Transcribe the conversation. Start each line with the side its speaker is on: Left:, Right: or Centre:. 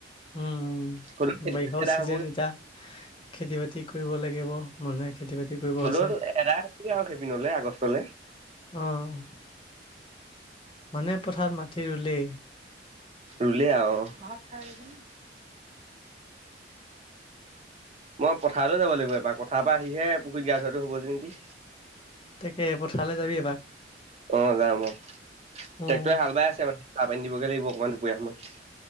Left: উম
Right: হ'লেও
Left: উম
Right: খেতি
Left: বৰিষাও
Right: এদাই
Left: চিজেন
Right: হ'বগে
Left: এতিয়া খেতি বাতি কৰিব লাগিব। মানুহে খেতি বাতি কৰিব
Right: হ'লেও
Left: আছে
Right: এদাই হ'বগে আৰু সেইপিনলে আগষ্টলে।
Left: অ', মানে পথাৰত মাটি ৰুলেই।
Right: ৰুলে আৰু ভাত খাই লচোন। মই পথাৰলৈ যাব লাগিব এবাৰ পথাৰ পৰা আহিহে পুখুৰীত গা ধোৱাটো হ'ব গে নেকি।
Left: তাকে পথাৰলৈ যাবি এপাক।
Right: অ', যাম অ, ট্ৰেক্টৰে
Left: উম,
Right: হাল বাই আছে মানে চাহ পানী দিবগে লাগিব অকণমান দুপৰীয়া সময়ত।